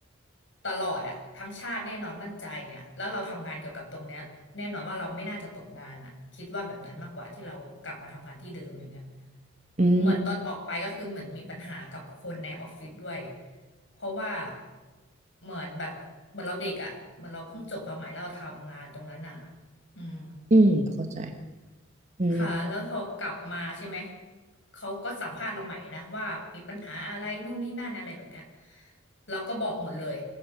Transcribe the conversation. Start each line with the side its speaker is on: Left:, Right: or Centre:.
Left: ตลอดอะทั้งชาติแน่นอนมั่นใจอ่ะแล้วเราทำงานเกี่ยวกับตรงเนี้ยแน่นอนว่าเราไม่น่าจะตกงานอะคิดว่าแบบนั้นมากกว่าที่เรากลับมาทำงานที่เดิมอย่างเงี้ย
Right: อืม
Left: เหมือนตอนออกไปก็คือเหมือนมีปัญหากับคนในออฟฟิศด้วยเพราะว่าเหมือนแบบเหมือนเราเด็กอ่ะเหมือนเราเพิ่งจบมาใหม่แล้วเราทำงานตรงนั้นอ่ะอืม
Right: อืมเข้าใจอืม
Left: ค่ะแล้วพอกลับมาใช่ไหมเขาก็สัมภาษณ์เราใหม่นะว่ามีปัญหาอะไรนู่นนี่นั่นอะไรแบบเนี้ยเราก็บอกหมดเลย